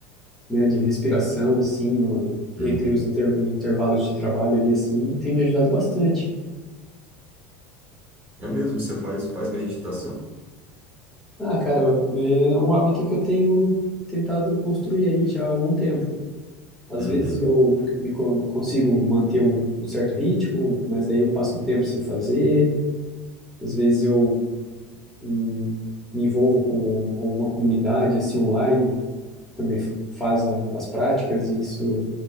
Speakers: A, in the centre; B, on the right (about 30°).
A: né, de respiração, assim, no,
B: Uhum.
A: entre os inter- intervalos de trabalho ali, assim, tem me ajudado bastante.
B: É mesmo, você faz, faz meditação?
A: Ah, cara, é um hábito que eu tenho tentado construir aí já há algum tempo. Às
B: Uhum.
A: vezes eu me co- consigo manter um, um certo ritmo, mas daí eu passo um tempo sem fazer. Às vezes eu hum, me envolvo com alguma comunidade, assim, online, também f- faz a- as práticas e isso